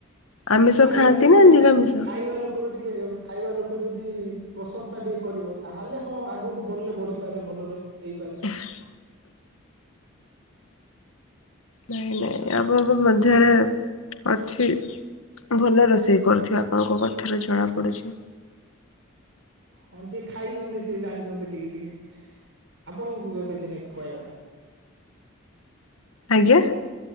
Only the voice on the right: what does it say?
ଖାଇବା
ଲୋକ
ଖାଇବା ଲୋ କର ଟିକେ ଖାଇବା ଲୋକ ଯଦି ପ୍ରଶଂସା ଟିକେ କରିବ ତାହେଲେ ହଁ ଆଗକୁ ବନିଲେ ବଢିପାରେ ଭଲରେ। ହେଇପାରେ।
ହଁ ଯିଏ ଖାଇଛନ୍ତି ସିଏ ଜାଣିଛନ୍ତି ଟିକେ ଟିକେ ଆପଣଙ୍କୁ କେବେ ଦିନେ ଖୁଆଇବା।